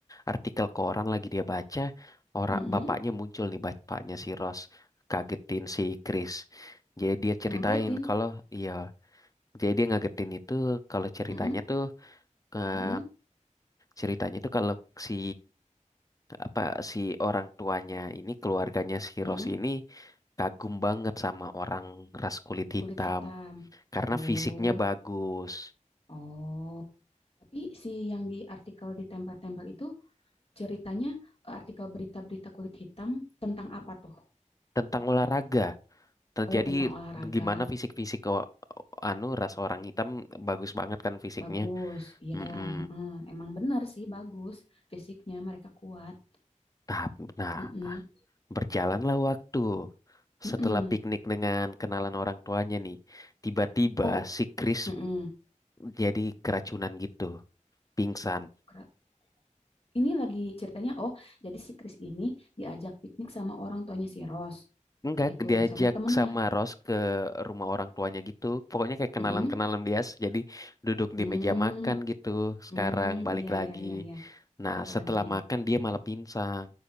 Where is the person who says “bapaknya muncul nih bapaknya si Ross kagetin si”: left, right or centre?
Left